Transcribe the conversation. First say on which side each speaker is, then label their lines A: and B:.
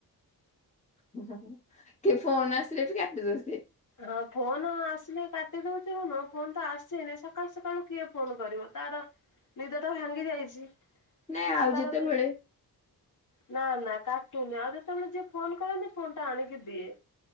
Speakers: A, on the left; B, on the left.
A: ହୁଁ ହୁଁ ହୁଁ କି ଫୋନ ଆସିଲେ ବି କାଟିଦଉଚି ସିଏ
B: ହଁ ଫୋନ ଆସିଲେ କାଟିଦଉଥିବ ନୁହ ଫୋନ ତ ଆସିନି ସକାଳୁ ସକାଳୁ କିଏ ଫୋନ କରିବ ତାର ନିଦ ଟା ଭାଙ୍ଗି ଯାଇଛି
A: ନାଇଁ ଆଉ
B: ଆ ତାର
A: ଯେତେବେଳେ
B: ଦେ ନା ନା କାଟୁନି ଆଉ ଯେତେବେଳେ ଯିଏ ଫୋନ କରନ୍ତି ଫୋନ ଟା ଆଣିକି ଦିଏ।